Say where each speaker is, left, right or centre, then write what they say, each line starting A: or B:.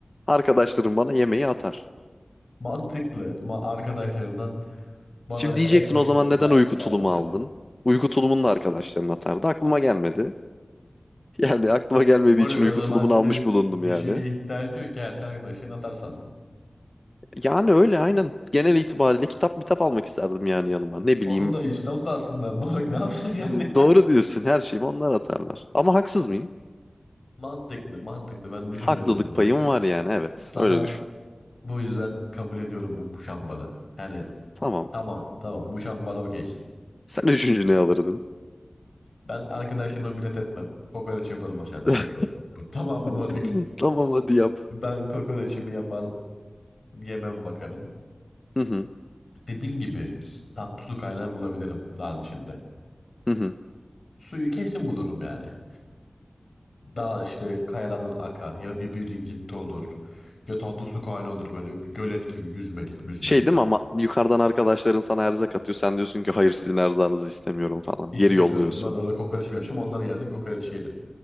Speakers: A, on the left; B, on the left.
A: Arkadaşlarım bana yemeği atar.
B: Mantıklı. Ma arkadaşlarından bana
A: Şimdi
B: ekmek
A: diyeceksin o zaman
B: yolla
A: neden uyku tulumu
B: bağıracaksın.
A: aldın? Uyku tulumunu da arkadaşların atardı. Aklıma gelmedi. <laughs> Yani aklıma gelmediği
B: Böyle
A: için uyku
B: o zaman
A: tulumunu
B: senin
A: almış bulundum
B: bir
A: yani.
B: şeye ihtiyacın yok ki her şey arkadaşın atar sana.
A: Yani öyle aynen. Genel itibariyle kitap mitap almak isterdim yani yanıma. Ne bileyim.
B: Onu da
A: <laughs>
B: İslam'da alsınlar. Moruk <laughs> ne yapsın yani?
A: D- Doğru diyorsun her şeyimi onlar atarlar. Ama haksız mıyım?
B: <laughs> Mantıklı, mantıklı. Ben düşünmedim
A: Haklılık
B: bunu.
A: payım var yani evet.
B: Sana
A: Öyle düşün.
B: bu yüzden kabul ediyorum bu muşambanı. Yani
A: Tamam.
B: tamam, tamam. Muşambana okey.
A: Sen üçüncü ne alırdın?
B: Ben arkadaşlarıma minnet etmem. Kokoreç yaparım aşağıda.
A: <laughs>
B: Pıt pıt pıt pıt. Tamam mı moruk?
A: <laughs> Tamam hadi yap.
B: Ben kokoreçimi yapar, yemem bakarım.
A: Hı hı.
B: Dediğin gibi tatlı su kaynağı bulabilirim dağın içinde.
A: Hı hı.
B: Suyu kesin bulurum yani. Dağ işte kayalardan akar ya bir birikinti olur ya tatlı su kaynağı olur böyle gölet gibi yüzmelik müzmelik.
A: Şey değil mi ama yukarıdan arkadaşların sana erzak atıyor. Sen diyorsun ki hayır sizin erzağınızı istemiyorum falan.
B: İstemiyorum
A: Geri yolluyorsun.
B: ben orada kokoreç mi yapacağım onlar gelsin kokoreç yiyelim